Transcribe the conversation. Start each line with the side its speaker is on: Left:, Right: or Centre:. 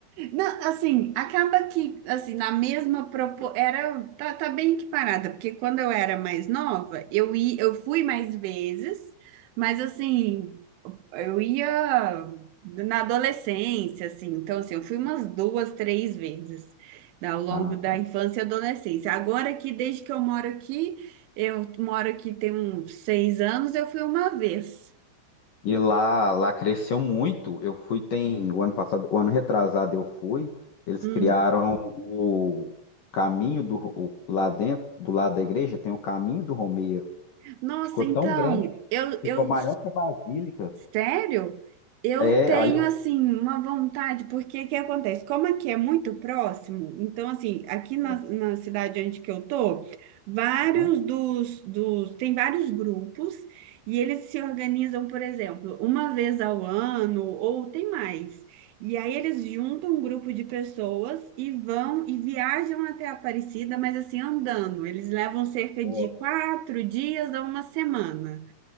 Right: Não, assim, acaba que, assim, na mesma propo... era, tá, tá bem equiparada, porque quando eu era mais nova, eu ia, eu fui mais vezes, mas assim, eu ia na adolescência, assim, então assim, eu fui umas duas, três vezes né, ao longo
Left: Ah,
Right: da
Left: tá.
Right: infância e adolescência. Agora que desde que eu moro aqui, eu moro aqui tem uns seis anos, eu fui uma vez.
Left: E lá, lá cresceu muito. Eu fui, tem o ano passado, o ano retrasado eu fui. Eles
Right: Hum.
Left: criaram o caminho do o- lá dentro, do lado da igreja, tem o caminho do Romeiro.
Right: Nossa,
Left: Ficou
Right: então,
Left: tão grande,
Right: eu,
Left: ficou
Right: eu
Left: maior que a Basílica.
Right: Sério? Eu
Left: É,
Right: tenho
Left: aí eu.
Right: assim uma vontade, porque o que acontece? Como aqui é muito próximo, então assim, aqui na,
Left: É,
Right: na cidade onde que eu tô, vários
Left: aham.
Right: dos, dos tem vários grupos e eles se organizam, por exemplo, uma vez ao ano ou tem mais. E aí eles juntam um grupo de pessoas e vão e viajam até Aparecida, mas assim andando. Eles levam cerca
Left: Ó,
Right: de quatro dias a uma semana.